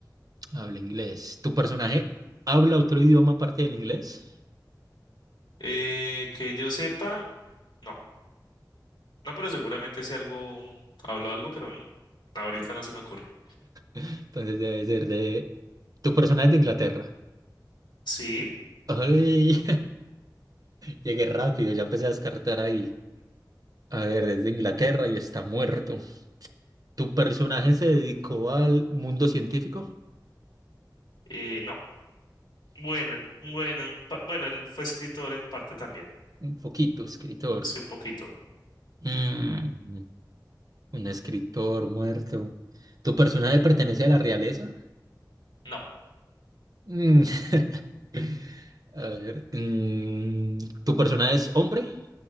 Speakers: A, on the right (about 55°); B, on the left (about 85°).
A: Habla inglés. ¿Tu personaje habla otro idioma aparte del inglés?
B: Eh, que yo sepa, no, no, pero seguramente si algo, hablo algo, pero mm, ahorita
A: <laughs>
B: no se me ocurre.
A: Entonces debe ser de... ¿Tu personaje es de Inglaterra?
B: Sí,
A: Ay, <laughs> llegué rápido, ya empecé a descartar ahí. A ver, es de Inglaterra y está muerto. ¿Tu personaje se dedicó al mundo científico?
B: eh, no, bueno, en- bueno, en pa- bueno, él fue escritor en parte también,
A: <sighs> Un poquito, escritor.
B: sí, un poquito.
A: Mm, un escritor muerto. ¿Tu personaje pertenece a la realeza?
B: No,
A: Mm, <laughs> A ver, mm, ¿tu personaje es hombre?